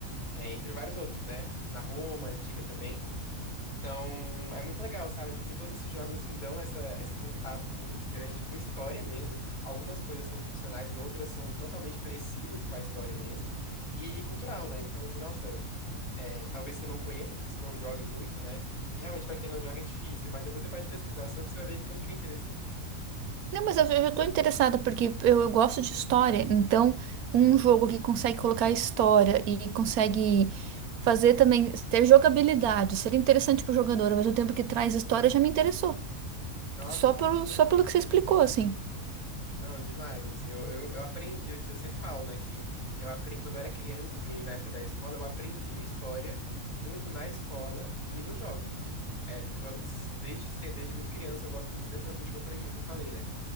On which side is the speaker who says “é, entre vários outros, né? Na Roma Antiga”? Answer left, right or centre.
Left